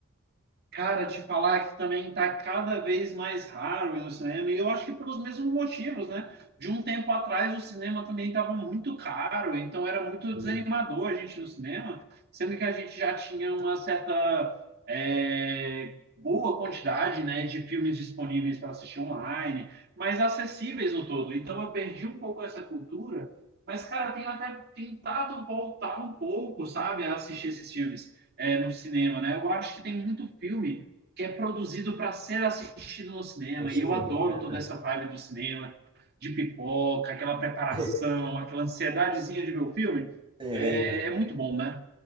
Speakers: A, on the right; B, on the right.
A: Cara, te falar que também está cada vez mais raro ir no cinema, e eu acho que pelos mesmos motivos, né? De um tempo atrás o cinema também estava muito caro, então era muito
B: no
A: desanimador a gente ir no cinema, sendo que a gente já tinha uma certa é, boa quantidade, né, de filmes disponíveis para assistir online, mas acessíveis no todo. Então eu perdi um pouco essa cultura, mas, cara, eu tenho até tentado voltar um pouco, sabe, a assistir esses filmes é, no cinema, né? Eu acho que tem muito filme que é produzido para ser assistido no cinema,
B: no cinema?
A: e eu adoro
B: Verdade.
A: toda essa vibe do cinema, de pipoca, aquela preparação,
B: <laughs>
A: aquela ansiedadezinha de ver o filme.
B: É
A: É,
B: verdade.
A: é muito bom, né?